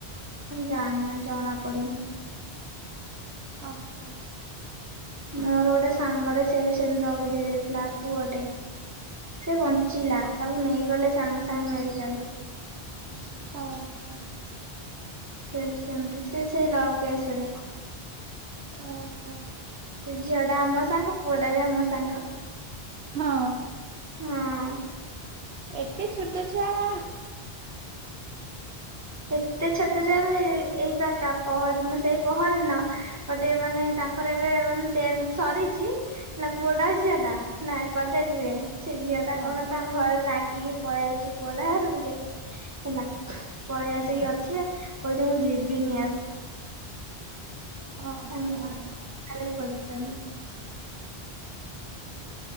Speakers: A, on the right; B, on the right.
A: ଜାଣିବା- ଜଣା ପଡିନି।
B: ଅ ହ।
A: ମୋର ଗୋଟେ ସାଙ୍ଗଟେ ସିଏ ବି ସେମିତି ଦଉଡି ଦେଇ ଦେଇଥିଲା ପୁଅଟେ। ସେ ବଞ୍ଚିଲା ତାକୁ ନେଇଗଲେ ସାଙ୍ଗେ ସାଙ୍ଗେ ମେଡିକାଲ୍।
B: <unintelligible>
A: ସିଏ ବି ସେମତି ସିଏ ସେଇ ଲଭ୍ କେସ୍ ରେ।
B: ଓହୋ।
A: ସେ ଝିଅ ଟା ଆମ ସାଙ୍ଗ ପୁଅଟା ବି ଆମ ସାଙ୍ଗ।
B: ହଁ
A: ହଁ
B: ଏତେ ଛୋଟ ଛୁଆରା।
A: ଏତେ ଛୋଟ ଚାଲେ ଏଇ ବାକା ପହରଦିନ ସେଇ ପହରଦିନ। ଗୋଟେ ମାନେ ତାଙ୍କର ଏବେ ମାନେ ଟେନ୍ଥ ସରିଚି। ନା ପୁଅଟା ଝିଅ ଟା ନା କଲେଜ ଯିବେ ସେ ଝିଅ ଟା
B: ହଁ
A: କଣ ତାଙ୍କ ଘରେ ରାଗିକି ପଳେଇ ଆଇଚି ପୁଅଟା ଘରକୁ ଯେ ହେଲା ପଳେଇ
B: ହଁ
A: ଆସିକି ଅଛି ଯେ କହୁଚି ମୁଁ ଯିବିନି ଆଉ।
B: ଓହୋ
A: ତାଙ୍କ ମା ଖାଲି ଖୋଜିଚନ୍ତି।